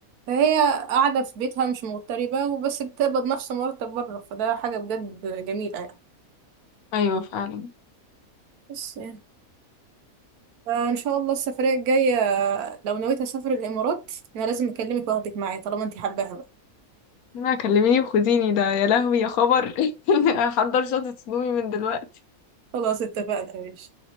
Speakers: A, on the right; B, on the left.
A: فهي قاعدة في بيتها مش مغتربة وبس بتقبض نفس مرتب بره فده حاجة بجد جميلة يعني
B: ايوه فعلا
A: بس يعني فإن شاء الله السفرية الجاية لو نويت أسافر الإمارات أنا لازم أكلمك وأخدك معايا طالما أنت حباها بقى
B: ما كلميني وخديني ده يا لهوي يا خبر <laughs> هحضر شنطة هدومي من دلوقتي
A: خلاص اتفقنا يا باشا